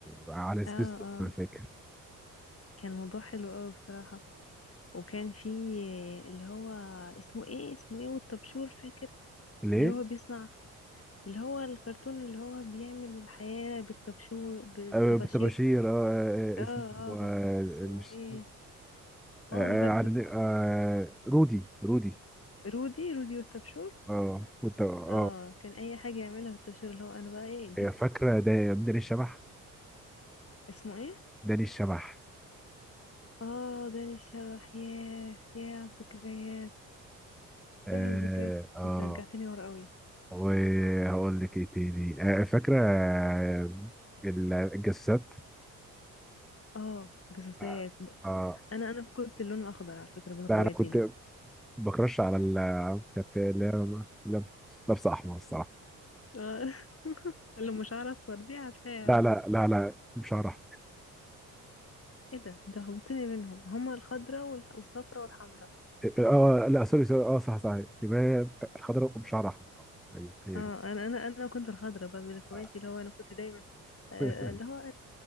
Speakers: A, in the centre; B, on the left.
A: وعلى سبيستون
B: اه اه
A: انا فاكر
B: كان موضوع حلو قوي بصراحة وكان في اللي هو اسمه ايه اسمه ايه والطبشور فاكر
A: ليه؟
B: اللي هو بيصنع اللي هو الكرتون اللي هو بيعمل الحياة بالطبشور بالطباشير
A: آه بتباشير اه آه،
B: اه
A: آه، اسمه آه
B: اه اسمه
A: مش
B: ايه اه
A: آه آه،
B: انا فاكرة
A: على- آه، رودي رودي
B: رودي رودي والطبشور
A: اه كنت اه
B: اه كان اي حاجة يعملها بالطبشور اللي هو انا بقى ايه جبت
A: وفاكره ده داني الشبح
B: اسمه ايه
A: داني الشبح
B: اه داني الشبح ياه ياه على الذكريات
A: اه
B: ياه على الذكريات
A: آه.
B: انت رجعتني ورا قوي
A: وهقول لك ايه تاني آه فاكرة آه، الجسات
B: اه جاسوسات
A: اه آه.
B: انا انا كنت اللون الاخضر على فكرة بين اخواتي
A: لا انا كنت
B: اللي هو
A: بكرش على ال كانت اللي هي اللي هي لابسة احمر الصراحة
B: آه. <laughs> اللي مش عارف دي عارفاها
A: لا لا لا لا بشعر احمر
B: ايه ده ده هبطتني منهم هما الخضرة والح- والصفرة والحمرة
A: اه آه، لا سوري سوري اه صح صح يبقى هي الخضراء بشعر احمر اه ايوه هي
B: اه
A: دي
B: انا انا انا كنت الخضرة بقى من اخواتي
A: آه.
B: اللي هو انا كنت دايما آه،
A: <laughs>
B: آه، اللي هو